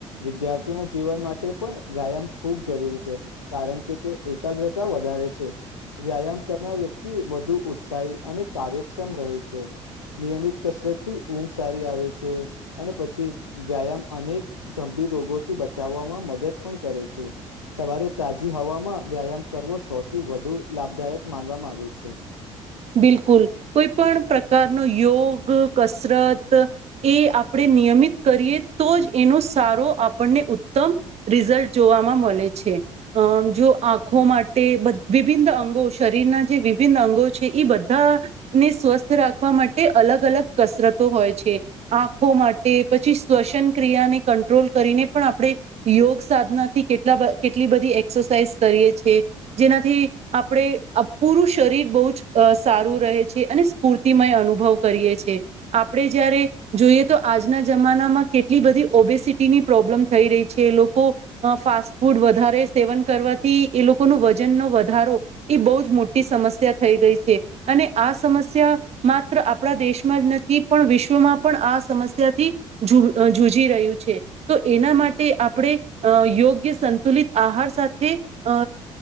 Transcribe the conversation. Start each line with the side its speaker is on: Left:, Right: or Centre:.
Left: વિદ્યાર્થીઓના જીવન માટે પણ વ્યાયામ ખૂબ જરૂરી છે. કારણ કે તે એકાગ્રતા વધારે છે. વ્યાયામ કરનાર વ્યક્તિ વધુ ઉત્સાહી અને કાર્યક્ષમ રહે છે. નિયમિત કસરત થી ઊંઘ સારી આવે છે અને પછી વ્યાયામ અનેક ગંભીર રોગોથી બચાવવામાં મદદ પણ કરે છે‌. સવારે તાજી હવામાં વ્યાયામ કરવો સૌથી વધુ લાભદાયક માનવામાં આવે છે.
Right: બિલકુલ, કોઈ પણ પ્રકારનો યોગ, કસરત, એ આપણે નિયમિત કરીએ તો જ એનો સારો આપણને ઉત્તમ રિઝલ્ટ જોવામાં મળે છે. અમ જો આંખો માટે વિભિન્ન અંગો શરીરના જે વિભિન્ન અંગો છે. ઈ બધાને સ્વસ્થ રાખવા માટે અલગ અલગ કસરતો હોય છે. આંખો માટે પછી, શ્વસન ક્રિયાને કંટ્રોલ કરીને પણ આપણે યોગ સાધનાથી કેટલા કેટલી બધી એક્સરસાાઈઝ કરીએ છેએ જેનાથી આપણે પૂરું શરીર બહુ જ અ સારું રહે છે અને સ્ફૂર્તિમય અનુભવ કરીએએ આપણે જ્યારે જોઈએ તો આજના જમાનામાં કેટલી બધી ઓબેસિટીની પ્રોબ્લેમ થઈ રહી છે લોકો અ ફાસ્ટ ફૂડ વધારે સેવન કરવાથી એ લોકો નુ વજનનો વધારો એ બહુ જ મોટી સમસ્યા થઈ ગઈ છે અને આ સમસ્યા માત્ર આપણા દેશમાં જ નથી પણ વિશ્વમાં પણ આ સમસ્યાથી‌ ઝુ જુઝી રહ્યું છે. તો એના માટે આપણે અ યોગ્ય સંતુલિત આહાર સાથે અ